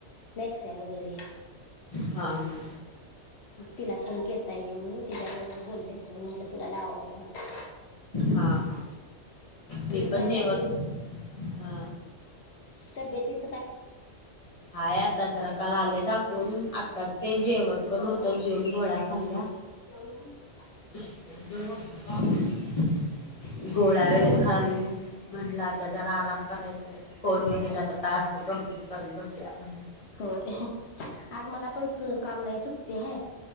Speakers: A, on the left; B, on the left.
A: मॅक्स वगैरे..
B: हा हा...
A: तिला फोन केलता येई म्हणून तिच्याबरोबर बोलले आणि म्हटलं तुला लावावं फोन आता...
B: हा हा मी
A: तुझं
B: पण
A: काय
B: जेवत
A: तब्येत
B: हा...
A: तब्येतीत.
B: हाय आता जरा काल आले दाखवून आता.. ते जेवत पण होतो जेवन गोळ्या खाल्ल्या..
A: <unintelligible>
B: <unintelligible> गोळ्या
A: जेवण
B: वगैरे खाल्ली म्हणला आता जरा आराम करायच फोन वगैरे
A: ह
B: आता टास्क कंप्लीट.. करत बसू या म्हणलं..
A: होय आज मला पण स काम नाही सुट्टी आहे..